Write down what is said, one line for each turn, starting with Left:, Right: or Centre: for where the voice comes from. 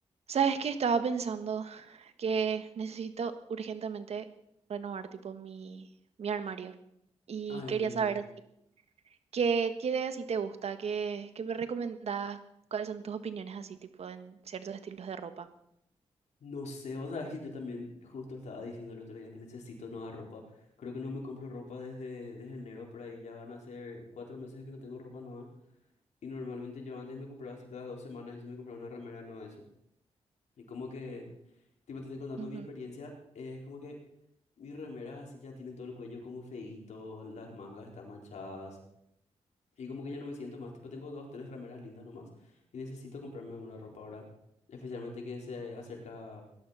Right: Sabes que estaba pensando que necesito urgentemente renovar tipo mi, mi armario y
Left: Ay,
Right: quería
Left: Dios
Right: saber
Left: mío.
Right: así, qué, qué de así te gusta, qué, qué me recomendás, cuáles son tus opiniones así tipo en ciertos estilos de ropa.
Left: No sé, o sea, es que yo también justo estaba diciendo el otro día que necesito nueva ropa. Creo que no me compro ropa desde, desde enero, por ahí ya van a ser cuatro meses que no tengo ropa nueva. Y normalmente yo antes me compraba así cada dos semanas y eso me compraba una remera nueva de eso. Y como que, tipo, te estoy contando
Right: Ujú.
Left: mi experiencia, eh, es como que mis remeras así ya tienen todo el cuello como feíto, las mangas están manchadas. Y como que ya no me siento más, tipo, tengo dos, tres remeras lindas nomás. Y necesito comprarme alguna ropa ahora, especialmente que se acerca.